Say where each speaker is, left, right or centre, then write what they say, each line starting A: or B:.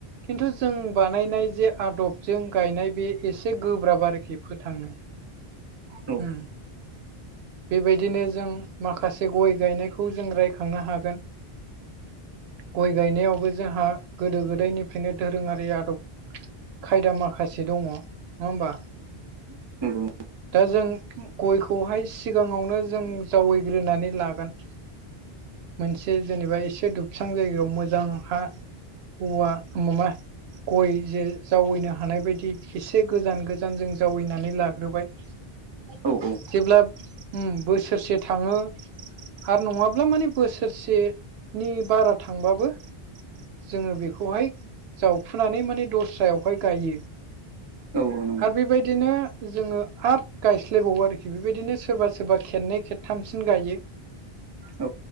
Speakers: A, on the right; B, on the right.
A: खिन्थु जोंबा नायनाय जे आदबजों गायनाय बे एसे गोब्राब आरोखि फोथांनो।
B: औ
A: उम बेबायदिनो जों माखासे गय गायनायखौ जों रायखांनो हागोन। गय गायनायावबो जोंहा गोदो गोदायनिफ्रायनो दोरोङारि आदब खायदा माखासे दङ नङा होमबा?
B: औ नंगौ
A: दा जों गयखौहाय सिगाङावनो जों जावैग्रोनानै लागोन मोनसे जेनेबा एसे दुबस्रां जायगायाव मोजां हा औवा अमामा गय जे जावैनो हानाय बायदि एसे गोजान गोजान जों जावैनानै लाग्रोबाय।
B: औ-औ
A: जेब्ला उम बोसोरसे थाङो। आरो नङाब्ला माने बोसोरसेनि बारा थांबाबो जोङो बेखौहाय जावखुनानै माने दस्रायावहाय गायो।
B: औ नं
A: आरो बेबायदिनो जोङो आरट गायस्लायबावो आरोखि बेबायदिनो सोरबा सोरबा खेननै खेबथामसिन गायो।
B: औ